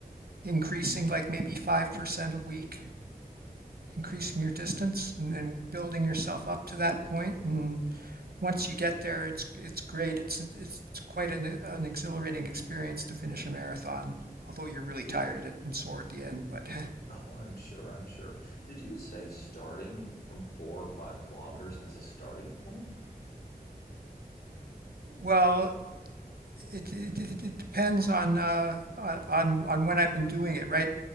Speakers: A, on the right; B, on the left.
A: increasing like maybe 5% a week, increasing
B: Yeah.
A: your distance and, and building yourself up to that point and once you get there, it's it's great. It's it's quite an, an exhilarating experience to finish a marathon, although you're really
B: Did,
A: tired at- and sore at the end. But
B: <laughs> oh, I'm sure, I'm sure. Did you say starting from four or five kilometers as a starting point?
A: <laughs> well, it it, it, it depends on uh on on on when I've been doing it, right?